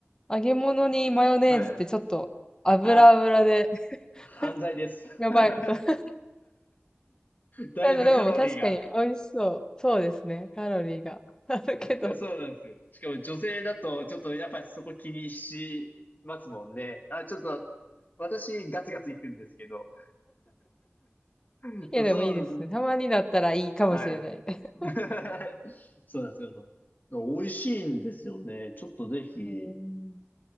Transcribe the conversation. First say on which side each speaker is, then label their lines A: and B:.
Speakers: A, on the left; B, on the left.
A: 揚げ物にマヨネーズってちょっと、
B: はい。
A: 油油で
B: あ、犯罪です。
A: <laughs>、やばい。
B: <laughs>
A: <laughs>
B: だいぶカロリーが。
A: なんだ、でも確かに美味しそう。そうですね。カロリーが <laughs> あるけど。
B: いや、そうなんですよ。しかも女性だと、ちょっとやっぱそこ気にしますもんね。あ、ちょっと、私ガツガツ行くんですけど。<laughs>
A: いや、でもいいですね。
B: そう、
A: たまにだったらいいかもしれない。
B: はい。
A: <laughs>
B: <laughs> そうなんですよ。美味しいんですよね。ちょっとぜひ、
A: うん。
B: い